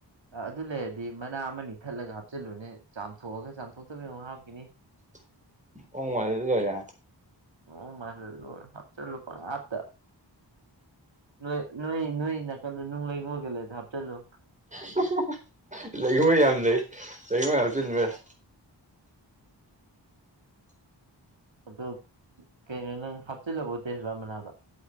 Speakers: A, on the right; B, on the right.
A: ꯑꯗꯨ ꯂꯩꯔꯗꯤ ꯃꯅꯥ ꯑꯃꯅꯤ ꯊꯠꯂꯒ ꯍꯥꯞꯆꯤꯜꯂꯨꯅꯦ ꯆꯥꯝꯊꯣꯛꯑꯒ ꯆꯥꯝꯊꯣꯛꯇꯕꯤ ꯑꯃꯨꯛ ꯍꯥꯞꯈꯤꯅꯤ
B: <unintelligible>
A: ꯑꯣ ꯃꯥꯜꯍꯜꯂꯣ ꯍꯥꯞꯆꯂꯨ ꯄꯪꯍꯥꯞꯇ ꯅꯣꯏ ꯅꯣꯏ ꯅꯣꯏ ꯅꯥꯀꯟꯗ ꯅꯨꯡ ꯂꯩꯉꯣꯏꯒ ꯂꯩꯗꯤ ꯍꯥꯞꯆꯜꯂꯨ
B: <unintelligible> ꯂꯩꯉꯣꯏ ꯌꯥꯝ ꯂꯩ ꯂꯩꯉꯣꯏ ꯍꯥꯞꯆꯤꯟꯕ ꯌꯥꯏ
A: ꯑꯗꯣ ꯀꯩꯅꯣ ꯅꯪ ꯍꯥꯞꯆꯤꯜꯂꯕꯣ ꯇꯦꯁꯕꯥꯠ ꯃꯅꯥꯗꯣ